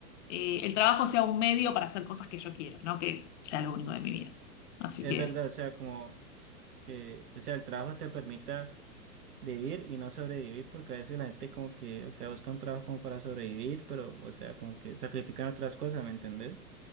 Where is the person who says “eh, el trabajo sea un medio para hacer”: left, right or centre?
Left